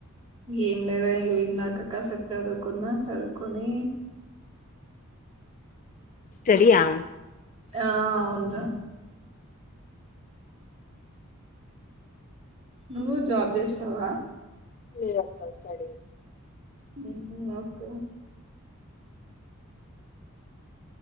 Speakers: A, on the right (about 25°); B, on the left (about 35°).
A: ఏం లేదు ఏం లే అక్క కాసేపు చదువుకున్న చదువుకొని
B: స్టడీ ఆ
A: ఆ అవున్ర నువ్వు జాబ్ చేస్తావా.
B: మియాంత స్టడీ.
A: ఉం నాక్క